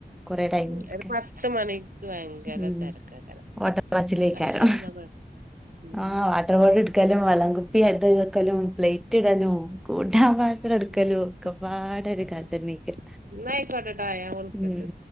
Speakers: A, in the centre; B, on the right.
A: കൊറേ ടൈമക്ക
B: ഉം ഒരു പത്ത് മണിക്ക് ഭയങ്കര
A: ഉം
B: തിരക്കേക്കാരം
A: ഓട്ടപ്പാച്ചിലേക്കാരും
B: കഴിഞ്ഞാ പിന്നെ കൊഴ ഉം
A: ആഹ് വാട്ടർ ബോട്ടിലെടുക്കലും വെള്ളങ്കുപ്പി എക്കലും പ്ലേറ്റ് ഇടലും പത്രം എടുക്കല്ലോ
B: ഉം
A: ഒക്കെ പാട് ഒരു കാൽതന്നെ
B: ആഹ്
A: നീക്ക
B: ന്നാ ആയിക്കോട്ടെട്ടോ ഞാൻ വിളിക്കണ്ട്
A: ഉം